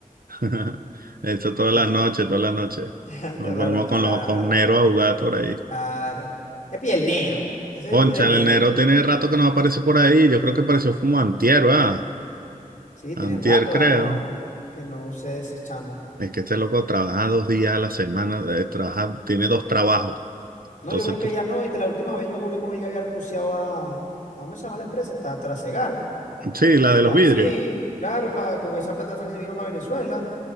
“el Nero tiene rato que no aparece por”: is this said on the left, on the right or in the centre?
Right